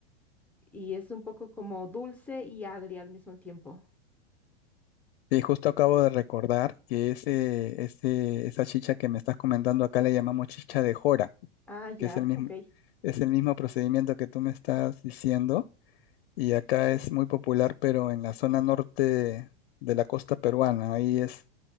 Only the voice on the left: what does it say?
Y justo acabo de recordar que ese, ese, esa chicha que me estás comentando acá le llamamos chicha de jora,
que es el mismo,
es el mismo procedimiento que tú me estás diciendo. Y acá es muy popular, pero en la zona norte de la costa peruana, ahí es,